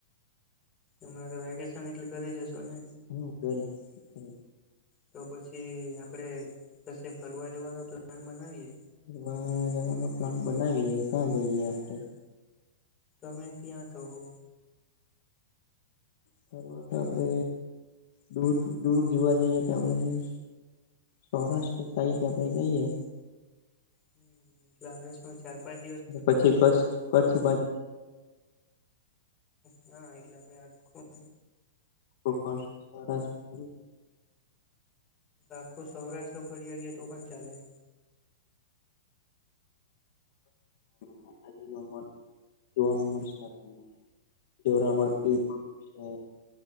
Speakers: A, on the left; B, on the left.
A: હમણાં ત વેકેશન એટલે ઘરે હશો ને?
B: હ, ધરે છે.
A: તો પછી, આપડે કશે ફરવા જવાનો પ્લાન બનાવીએ?
B: ફરવા જવાનો પ્લાન બનાવીએ, કા જઈએ આપડે?
A: તમે કયાં કહો?
B: ફરવા તો આપડે દૂર- દૂર જોવા જઈએ તો આપડે. સૌરાષ્ટ્ર સાઈટ આપડે જઈએ.
A: હમ, રાફરસમા ચાર- પાંચ દિવસ
B: પછી કસ કચ્છ બા
A: હ, એટલે આપડે આખું
B: કોપસ ચોરસ હારુ
A: આખું સૌરાષ્ટ્ર ફરી આવીએ તો પણ ચાલે.
B: માતા જીનો મથ જોવાનુ મલશે આપુને જોરાવરપીર શે,